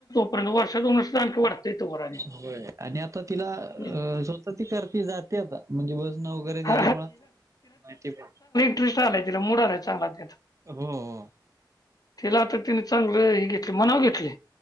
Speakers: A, on the left; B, on the right.
A: तर वर्षो दोन वर्षाचं आन वाड ते तवर आणि
B: हो आणि आता तिला
A: हम्म.
B: अ स्वत ती करती जात ते आता, म्हणजे वजणं वगैरे त्याच्यामुळ,
A: हा,
B: माहिती प
A: इच आलाय तिला मूड आलाय चांगला त्याचा.
B: हो हो.
A: तिला आता तिनं चांगलं हे घेतलं, मनाव घेतलय.